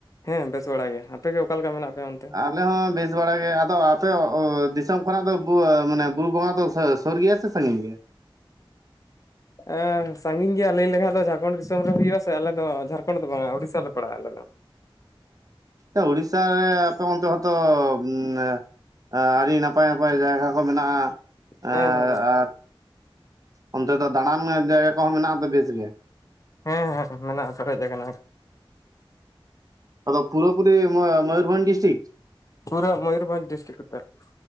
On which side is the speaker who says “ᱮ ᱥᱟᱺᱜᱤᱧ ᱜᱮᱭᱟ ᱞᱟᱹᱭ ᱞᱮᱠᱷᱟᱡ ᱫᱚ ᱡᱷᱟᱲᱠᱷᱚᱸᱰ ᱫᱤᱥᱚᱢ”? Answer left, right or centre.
Left